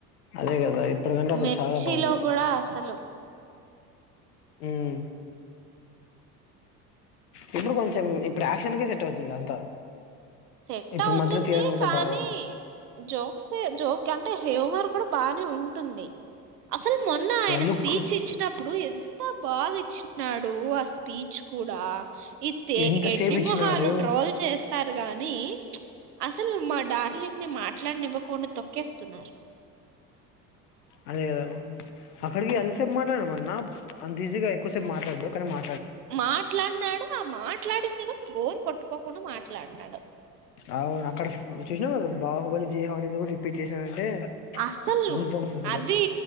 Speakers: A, on the left; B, on the right.
A: అదే కదా ఇప్పటికంటే అప్పుడు
B: మిర్చిలో
A: చాలా బాగున్నాడు
B: కూడా అసలు
A: ఉమ్ ఇప్పుడు కొంచెం ఇప్పుడు యాక్షన్కే సెట్ అవుతుంది అంతా
B: సెట్
A: ఇప్పుడు
B: అవుతుంది
A: మధ్యలో తీయాలనుకుంటే
B: కానీ
A: బాగా
B: జోక్స్ ఏ జోక్ అంటే హ్యూమర్ కూడా బాగ్ నే ఉంటుంది అసలు మొన్న ఆయన
A: లుక్
B: స్పీచ్ ఇచ్చినప్పుడు ఎంత బాగా ఇచ్చినాడు ఆ స్పీచ్ కూడా ఇత్తే
A: ఎంతసేపు
B: ఎడ్డి
A: ఇచ్చినాడు
B: మొహాలు ట్రోల్ చేస్ టారు గాని ప్చ్ అసలు మా డార్లింగ్ ని మాట్లాడనివ్వకుండా తొక్కేస్తున్నారు
A: అదే కదా అక్కడికి ఎంతసేపు మాట్లాడినమన్నా అంత ఈజీగా ఎక్కువసేపు మాట్లాడ్డు కనీ మా
B: మాట్లాడ్నాడు ఆ మాట్లాడింది గుడ బోరు కొట్టుకోకుండా మాట్లాడినాడు
A: అవును అక్కడ చూసినవ్ గద బాహుబలి జీహో అనేది గూడా రిపీట్ చేసినాడంటే
B: అస్సలు
A: గూస్ బంప్స్ అసలు
B: అది